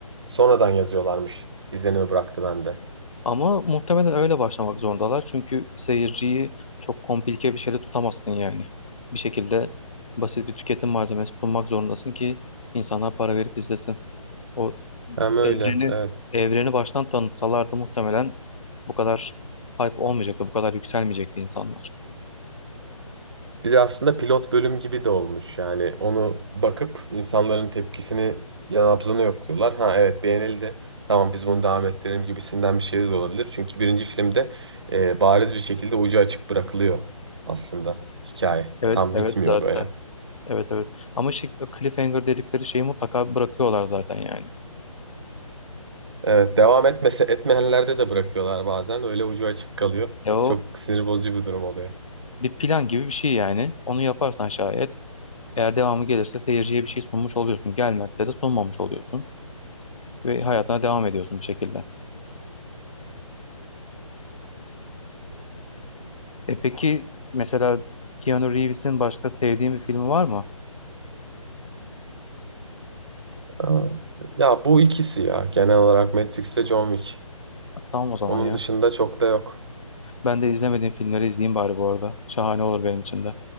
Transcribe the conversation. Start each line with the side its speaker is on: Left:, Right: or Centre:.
Right: sonradan yazıyorlarmış izlenimi bıraktı bende.
Left: Ama muhtemelen öyle başlamak zorundalar. Çünkü seyirciyi çok komplike bir şeyle tutamazsın yani. Bir şekilde basit bir tüketim malzemesi sunmak zorundasın ki insanlar para verip izlesin. O
Right: Hem öyle,
Left: evreni
Right: evet.
Left: evreni baştan tanıtsalardı muhtemelen bu kadar hype olmayacaktı, bu kadar yükselmeyecekti insanlar.
Right: Bir de aslında pilot bölüm gibi de olmuş yani onu bakıp insanların tepkisini yanabzını yokluyorlar. Ha evet beğenildi. Tamam biz bunu devam ettirelim gibisinden bir şey de olabilir. Çünkü birinci filmde e, bariz bir şekilde ucu açık bırakılıyor aslında hikaye.
Left: Evet,
Right: Tam
Left: evet
Right: bitmiyor
Left: zaten.
Right: böyle.
Left: Evet evet. Ama şey, o cliffhanger dedikleri şeyi mutlaka bırakıyorlar zaten yani.
Right: Evet devam etmese etmeyenlerde de bırakıyorlar bazen. Öyle ucu açık kalıyor.
Left: Ya o
Right: Çok sinir bozucu bir durum oluyor.
Left: bir plan gibi bir şey yani. Onu yaparsan şayet eğer devamı gelirse seyirciye bir şey sunmuş oluyorsun. Gelmezse de sunmamış oluyorsun. Ve hayatına devam ediyorsun bir şekilde. E peki mesela Keanu Reeves'in başka sevdiğin bir filmi var mı?
Right: Aa, Ya bu ikisi ya genel olarak Matrix ve John Wick.
Left: Ha, Tamam o zaman
Right: Onun
Left: ya.
Right: dışında çok da yok.
Left: Ben de izlemediğim filmleri izleyeyim bari bu arada. Şahane olur benim için de.